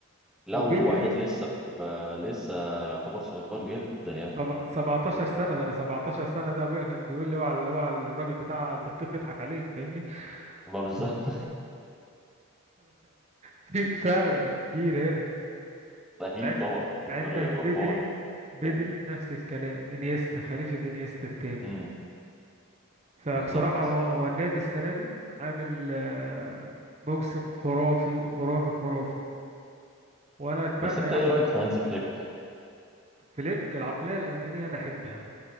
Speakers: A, in the centre; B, on the right.
A: لا
B: وبدري
A: وواحد لسه ف... ف- لسه يعتبر صغير جدا يعني
B: طب 17 سنة ده انا 17 سنة ده ابويا كان بيقول لي اوعى اللي هو الراجل بتاع البطيخ يضحك عليك فاهمني <laughs>
A: ما بالظبط
B: في فرق كبير هنا
A: اكيد
B: عند
A: طبعا في
B: عندك
A: فرق
B: بدري
A: جبار
B: بدري
A: يعني
B: نفس الكلام انيستا خليفة انيستا التاني
A: امم
B: فبصراحة
A: بالظبط
B: هو هو النادي السنة دي عامل آه، موسم خرافي خرافي خرافي وانا اتمنى
A: بس انت
B: ياخد
A: ايه رايك في هانز فليك
B: فليك العقلية الألمانية انا احبها